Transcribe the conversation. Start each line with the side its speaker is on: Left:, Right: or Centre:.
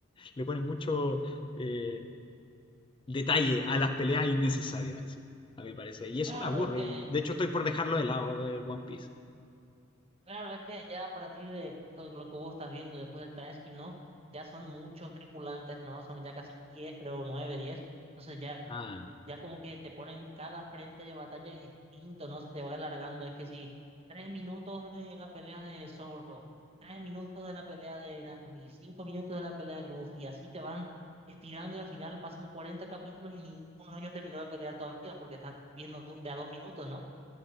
Left: le ponen mucho eh, detalle a las peleas innecesarias, así, a mi parecer. Y eso
Right: claro,
Left: me aburre,
Right: es que,
Left: de hecho estoy por dejarlo de lado el One Piece.
Right: claro, es que ya a partir de justo lo que vos estás viendo después del transcript, ¿no? Ya son muchos tripulantes, ¿no? Son ya casi diez, creo, nueve, diez. Entonces ya
Left: Ah,
Right: ya como que te ponen cada frente de batalla distinto, ¿no? Se te va alargando. Es que si tres minutos de la pelea de Zoro, tres minutos de la pelea de Nami, cinco minutos de la pelea de Luffy, y así te van estirando y al final pasan 40 capítulos y ninguno de ellos terminó de pelear todavía porque estás viendo do- de a dos minutos, ¿no?